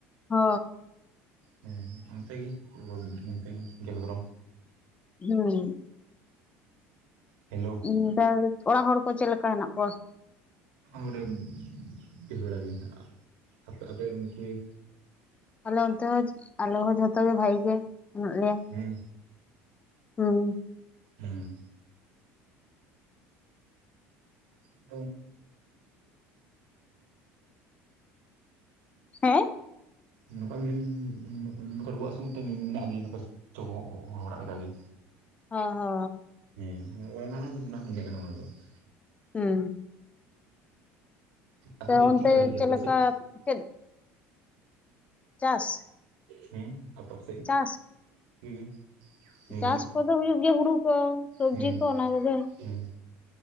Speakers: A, on the left; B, on the right.
A: ᱦᱚᱻ
B: ᱦᱮᱸ ᱚᱱᱛᱮ ᱜᱮ ᱪᱮᱫ ᱜᱮᱥ ᱜᱚᱨᱚᱢ
A: ᱦᱩᱸ
B: ᱦᱮᱞᱳ
A: <unintelligible> ᱚᱲᱟᱜ ᱦᱚᱲ ᱠᱚ ᱪᱮᱫ ᱞᱮᱠᱟ ᱦᱮᱱᱟᱜ ᱠᱚᱣᱟ?
B: ᱚᱰᱮ ᱵᱮᱥ ᱵᱟᱲᱟ ᱜᱮ ᱟ ᱟ ᱟᱯᱮᱨᱮᱱ ᱠᱚᱜᱟ?
A: ᱟᱞᱮ ᱚᱱᱛᱮ ᱦᱚᱸ ᱟᱞᱮ ᱦᱚᱸ ᱡᱷᱚᱛᱚ ᱜᱮ ᱵᱷᱟᱜᱤ ᱜᱮ ᱢᱮᱱᱟᱜᱮ ᱞᱮᱭᱟ᱾
B: ᱦᱮᱸ
A: ᱦᱩᱸ
B: ᱦᱩᱸ <unintelligible> <unintelligible>
A: ᱦᱮᱸ
B: ᱱᱚᱝᱠᱟ ᱢᱤᱧ ᱱᱚᱠᱟ ᱨᱩᱣᱟᱹ ᱦᱟᱹᱥᱩ ᱢᱮᱱᱟᱜ ᱜᱮᱭᱟ ᱱᱚᱝᱠᱟ ᱪᱚᱻ ᱚᱲᱟᱜ ᱞᱮᱠᱟᱜᱮ
A: ᱦᱚ ᱦᱚ
B: <unintelligible>
A: ᱦᱩᱸ
B: ᱟᱨ
A: ᱛᱚ
B: ᱫᱚ
A: ᱚᱱᱛᱮ
B: ᱪᱮᱠᱟ ᱦᱩᱭᱩᱜ ᱜᱮᱭᱟ
A: ᱪᱮᱫ
B: ᱟᱯᱮ
A: ᱞᱮᱠᱟ
B: ᱥᱮᱜ
A: ᱪᱮᱫ ᱪᱟᱥ
B: ᱦᱩᱸ ᱟᱯ ᱟᱯ ᱥᱮᱫ
A: ᱪᱟᱥ
B: ᱦᱩᱸ <unintelligible> ᱦᱮᱸ
A: ᱪᱟᱥ ᱠᱚᱫᱚ ᱦᱩᱭᱩᱜ ᱜᱮᱭᱟ ᱦᱩᱲᱩ ᱠᱚ ᱥᱚᱵᱽᱡᱤ
B: ᱦᱮᱸ
A: ᱠᱚ ᱚᱱᱟ ᱠᱚᱜᱮ
B: ᱦᱮᱸ